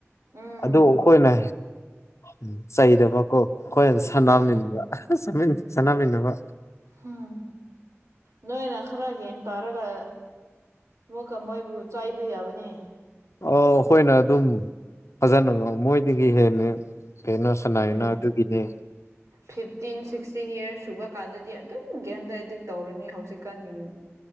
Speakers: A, on the right (about 85°); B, on the left (about 70°).
A: ꯎꯝ
B: ꯑꯗꯨ ꯑꯩꯈꯣꯏꯅ ꯎꯝ ꯆꯩꯗꯕ ꯀꯣ ꯑꯩꯈꯣꯏ ꯑꯗꯨ ꯁꯥꯟꯅꯃꯤꯟꯅꯕ
A: ꯎꯝ
B: ꯁꯥꯟꯅꯃꯤꯟꯅꯕ
A: ꯍꯝ ꯅꯣꯏꯅ ꯈꯔ ꯒꯤꯌꯥꯟ ꯇꯥꯔꯒ ꯑꯃꯨꯛꯀ ꯃꯣꯏꯕꯨ ꯆꯥꯏꯕ ꯌꯥꯕꯅꯦ
B: ꯑ ꯑꯩꯈꯣꯏꯅ ꯑꯗꯨꯝ ꯐꯖꯅ ꯃꯣꯏꯗꯒꯤ ꯍꯦꯟꯅ ꯀꯩꯅꯣ ꯁꯅꯥꯏꯅꯣ
A: ꯎꯝ
B: ꯑꯗꯨꯒꯤꯅꯦ
A: ꯐꯤꯐꯇꯤꯟ ꯁꯤꯛꯁꯇꯤꯟ ꯌꯔꯁ ꯁꯨꯕ ꯀꯥꯟꯗꯗꯤ ꯑꯗꯨꯝ ꯒꯦꯝꯗ ꯑꯦꯗꯤꯛ ꯇꯧꯔꯅꯤ ꯍꯧꯖꯤꯛ ꯀꯥꯟꯒꯤ